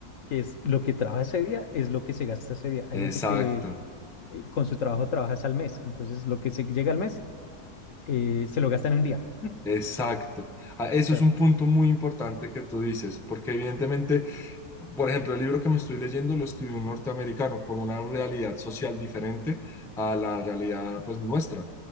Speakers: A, on the left; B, in the centre.
A: que es lo que trabaja ese día, es lo que se gasta ese día. Hay
B: Exacto,
A: gente que eh, con su trabajo trabaja es al mes, entonces lo que se llega al mes eh, se lo gasta en un día.
B: exacto. Ah, Eso
A: O sea,
B: es un punto muy importante que tú dices, porque evidentemente Por ejemplo, el libro que me estoy leyendo lo escribió un norteamericano con una realidad social diferente a la realidad pues nuestra,